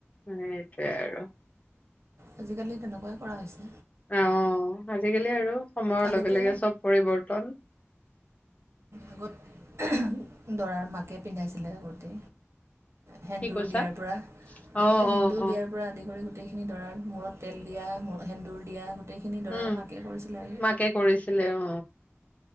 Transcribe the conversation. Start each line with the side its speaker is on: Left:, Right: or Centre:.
Left: সেইয়াই আৰু।
Right: আজিকালি তেনেকুৱাই কৰা হৈছে
Left: আহ আজিকালি আৰু সময়ৰ
Right: আগতে
Left: লগে লগে চব পৰিৱৰ্তন।
Right: আগত <unintelligible> দৰাৰ মাকে পিন্ধাইছিলে আগতে। সেন্দুৰ
Left: কি কৈছা?
Right: দিয়াৰ পৰা আগতে
Left: অ',
Right: সেন্দুৰ
Left: অ', অ',
Right: দিয়াৰ পৰা আদি কৰি। গোটেইখিনি দাৰা মূৰত তেল দিয়া মূ সেন্দুৰ দিয়া। গোটেইখিনি দৰাৰ
Left: উম
Right: মাকে কৰিছিলে আৰু
Left: মাকে কৰিছিলে অ।